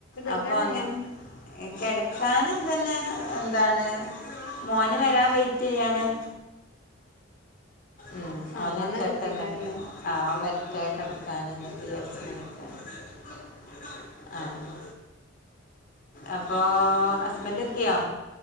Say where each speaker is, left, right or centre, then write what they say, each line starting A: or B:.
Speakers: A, on the left; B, on the left.
A: കെടക്കാനായോ
B: അപ്പൊ അങ്ങനെ കിടക്കാൻ തന്നെ എന്താണ് മോന് വരാൻ വെയിറ്റ് ചെയ്യാന് ഉം
A: ആഹ്
B: ഓന്
A: വന്നാ
B: എത്തട്ടെ
A: കെടക്കേക്കാരല്ലേ
B: എന്നിട്ട് ആഹ് മെത്തേ കിടക്കാന് <unintelligible> ആഹ് അപ്പൊ ഹസ്ബണ്ട് എത്തിയോ.